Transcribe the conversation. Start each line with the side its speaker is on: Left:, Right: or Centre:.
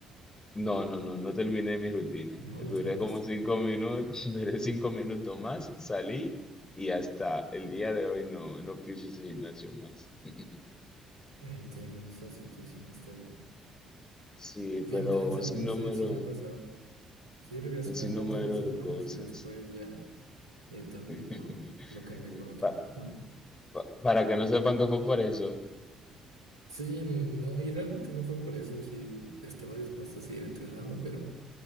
Left: no, no, no, no terminé mi rutina.
Right: No
Left: Duré
Right: la terminaste.
Left: como cinco minutos, <laughs> duré cinco minutos más, salí y hasta el día de hoy no, no piso ese gimnasio más. <laughs>
Right: Entiendo, esa situación está bien.
Left: Sí, pero
Right: Bien tensa,
Left: un sinnúmero,
Right: ¿no? Sí, sí me ha pasado. Sí, regresé
Left: un sinnúmero
Right: unas cuantas veces
Left: de
Right: más
Left: cosas.
Right: y después ya eh, también
Left: <laughs>
Right: lo, lo cambié por otro.
Left: Pa-
Right: Ah.
Left: pa- para que no sepan que fue por eso.
Right: Sí, no, y realmente no fue por eso, sí estaba dispuesto a seguir entrenando, pero